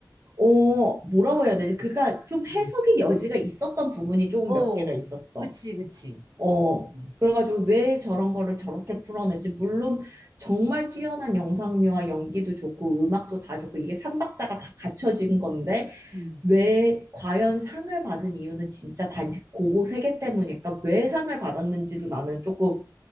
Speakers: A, on the right (about 40°); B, on the right (about 60°).
A: 어, 뭐라고 해야 되지? 그러니까 좀 해석의
B: 음.
A: 여지가 있었던 부분이 조금
B: 오,
A: 몇 개가 있었어.
B: 그치, 그치.
A: 어,
B: 음,
A: 그래가지고 왜 저런 거를 저렇게 풀어냈지? 물론 정말 뛰어난 영상미와 연기도 좋고 음악도 다 좋고 이게 삼박자가 다 갖춰진 건데
B: 음,
A: 왜 과연 상을 받은 이유는 진짜 단지 고고 세계 때문일까? 왜 상을 받았는지도 나는 조금